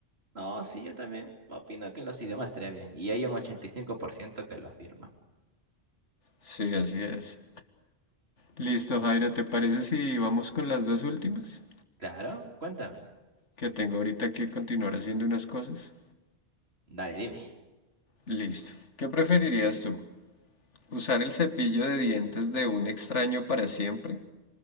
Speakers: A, on the right; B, on the left.
A: No, sí, yo también opino que los idiomas estaría bien y hay un 85% que lo afirma.
B: Sí, así es. Listo, Jairo, ¿te parece si vamos con las dos últimas?
A: Claro, cuéntame.
B: Que tengo ahorita que continuar haciendo unas cosas.
A: Dale, dime.
B: Listo. ¿Qué preferirías tú? ¿Usar el cepillo de dientes de un extraño para siempre?